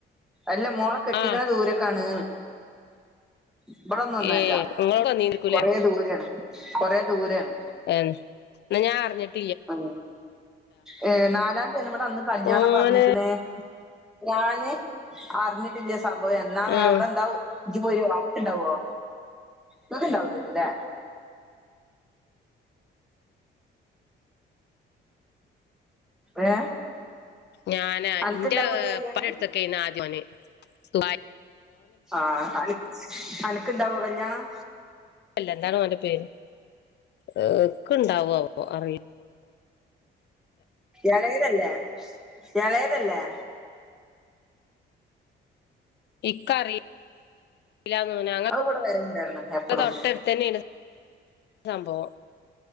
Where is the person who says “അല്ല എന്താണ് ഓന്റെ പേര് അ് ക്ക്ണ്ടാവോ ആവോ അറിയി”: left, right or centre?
Left